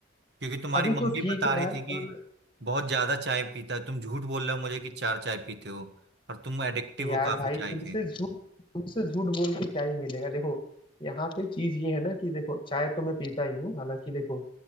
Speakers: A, on the right; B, on the left.
A: क्योंकि तुम्हारी
B: अभी
A: मम्मी
B: तो ठीक
A: बता
B: है
A: रही
B: यार
A: थी कि
B: पर
A: बहुत ज्यादा चाय पीता है तुम झूठ बोल रहे हो मुझे कि चार चाय पीते हो और तुम एडिक्टिव
B: यार
A: हो काफी
B: भाई
A: चाय
B: तुमसे
A: के
B: झूठ तुमसे झूठ बोल के क्या ही मिलेगा देखो यहाँ पे चीज ये है ना कि देखो चाय तो मैं पीता ही हूँ हालांकि देखो